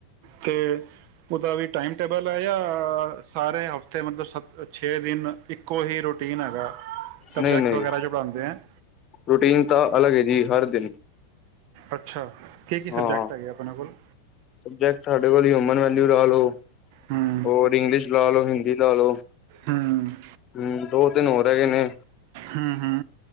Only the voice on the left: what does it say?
ਨਹੀਂ, ਨਹੀਂ
ਰੂਟੀਨ ਤਾਂ ਅਲੱਗ ਏ, ਜੀ, ਹਰ ਦਿਨ।
ਹਾਂ
ਸਬਜੈਕਟ ਸਾਡੇ ਕੋਲ ਹਿਊਮਨ ਵੈਲਿਊ ਲਾ ਲੋ,
ਹੋਰ ਇੰਗਲਿਸ਼ ਲਾ ਲਓ ਹਿੰਦੀ ਦੀ ਲਾਲੋਂ।
ਹੁੰ, ਦੋ ਦਿਨ ਹੋਰ ਰੈਗੇ ਨੇ।